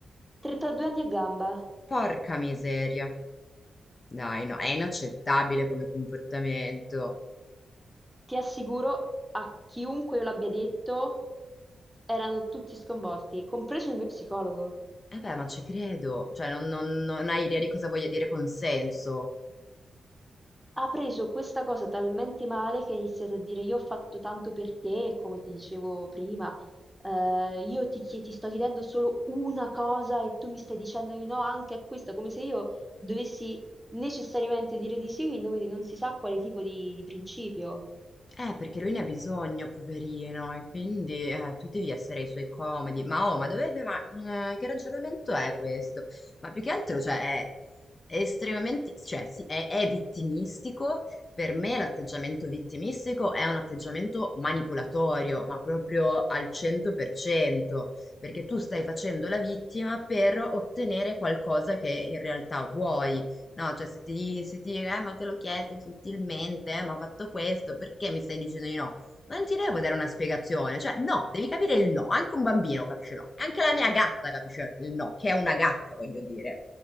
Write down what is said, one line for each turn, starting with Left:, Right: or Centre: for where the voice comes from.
Centre: 32 anni a gamba.
Left: Porca miseria. Dai, no, è inaccettabile come comportamento.
Centre: Ti assicuro, a chiunque io l'abbia detto, erano tutti sconvolti, compreso il mio psicologo.
Left: Eh beh, ma ci credo. Cioè, non, non- non hai idea di cosa voglia dire consenso.
Centre: Ha preso questa cosa talmente male che ha iniziato a dire: Io ho fatto tanto per te, come ti dicevo prima, eh, io ti, chie- ti sto chiedendo solo una cosa e tu mi stai dicendo di no anche a questa, come se io dovessi necessariamente dire di sì in nome di non si sa quale tipo di, di principio.
Left: Eh, perché lui ne ha bisogno, poverino, e quindi eh, tu devi essere ai suoi comodi. Ma oh, ma dovete, ma eh, che ragionamento è questo? Ma più che altro, cioè, è è estremamente, cioè, sì, è, è vittimistico. Per me l'atteggiamento vittimistico è un atteggiamento manipolatorio, ma proprio al 100%, perché tu stai facendo la vittima per ottenere qualcosa che in realtà vuoi. No, cioè se ti, se ti dire, "Eh, ma te l'ho chiesto gentilmente, eh, ma ho fatto questo, perché mi stai dicendo di no? Non ti devo dare una spiegazione, cioè no, devi capire il no, anche un bambino capisce il no, anche la mia gatta capisce il no, che è una gatta, voglio dire.